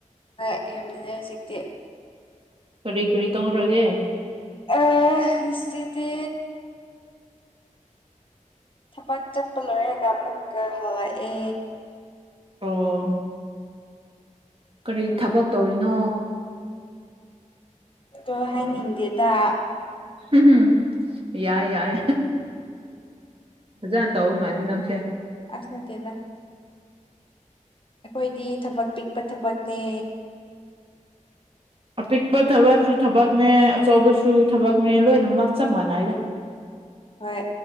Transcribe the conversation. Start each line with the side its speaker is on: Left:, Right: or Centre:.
Left: ꯍꯣꯏ ꯌꯨꯝꯗꯅꯦ ꯍꯧꯖꯤꯛꯇꯤ
Right: ꯀꯔꯤ ꯀꯔꯤ ꯇꯧꯔꯒꯦ
Left: ꯑ ꯏꯁꯇ ꯊꯕꯛ ꯆꯠꯄ ꯂꯣꯏꯔꯒ ꯑꯃꯨꯛꯀ ꯍꯜꯂꯛꯑꯦ
Right: ꯑꯣ ꯀꯔꯤ ꯊꯕꯛ ꯇꯧꯔꯤꯅꯣ
Left: ꯑꯣ ꯍꯥꯏꯅꯤꯡꯗꯦꯗ
Right: ꯎꯝ ꯌꯥꯏ ꯌꯥꯏ ꯐꯖꯅ ꯇꯧꯔꯤ ꯃꯥꯜꯜꯂꯤ ꯅꯪꯁꯦ
Left: ꯑꯁꯅꯠꯇꯦꯕ ꯑꯩꯈꯣꯏꯗꯤ ꯊꯕꯛ ꯄꯤꯛꯄ ꯊꯕꯛꯅꯦ
Right: ꯑꯄꯤꯛꯄ ꯊꯕꯛꯁꯨ ꯊꯕꯛꯅꯦ ꯑꯆꯧꯕꯁꯨ ꯊꯕꯛꯅꯦ ꯂꯣꯏꯅꯃꯛ ꯆꯞ ꯃꯥꯟꯅꯩꯗꯦ
Left: ꯍꯣꯏ